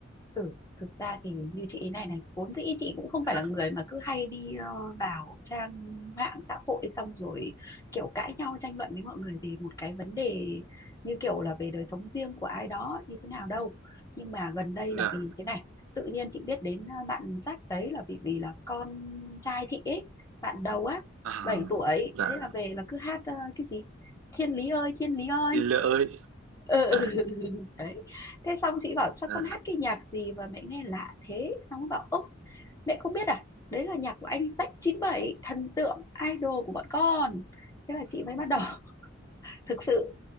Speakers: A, on the left (about 15°); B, on the right (about 80°).
A: Ừ, thực ra thì như chị ý này này vốn dĩ chị cũng không
B: dạ
A: phải là người mà cứ hay đi ờ, vào trang mạng xã hội xong rồi kiểu cãi nhau tranh luận với mọi người về một cái vấn đề như kiểu là về đời sống riêng của ai đó như thế nào đâu nhưng mà gần đây
B: dạ
A: là vì thế này tự nhiên chị biết đến ờ, bạn Jack đấy là vì vì là con trai chị ấy bạn đầu á
B: à,
A: bảy tuổi
B: dạ
A: thế là về là cứ hát ờ, cái gì thiên lý ơi thiên lý ơi
B: thì lệ ơi
A: ừ.
B: dạ
A: <laughs> đấy thế xong chị bảo sao
B: dạ
A: con hát cái nhạc gì mà mẹ nghe lạ thế xong nó bảo ơ mẹ không biết à đấy là nhạc của anh Jack 97 thần tượng idol của bọn con thế là chị mới bắt đầu <laughs> thực sự